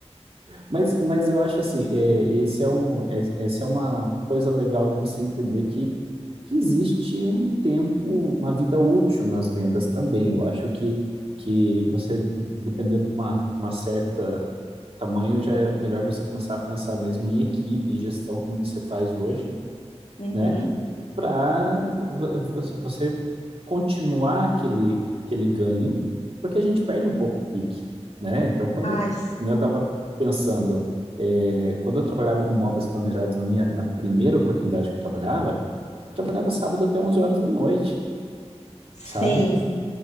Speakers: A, on the right; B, on the left.
A: Mas, mas eu acho assim, é, esse é um, é, essa é uma coisa legal de você entender que, que existe um tempo, uma vida útil nas vendas também. Eu acho que, que você, dependendo de uma, de uma certa tamanho, já é melhor você começar a pensar mesmo em equipe, em gestão, como você faz hoje
B: Uhum.
A: né? Para você continuar aquele, aquele ganho, porque a gente perde um pouco o pique, né? Então, quando
B: Ai, s-
A: que nem eu estava pensando, é, quando eu trabalhava com móveis planejados na minha, na primeira oportunidade que eu trabalhava, eu trabalhava sábado até 11 horas da noite,
B: sim.
A: sabe?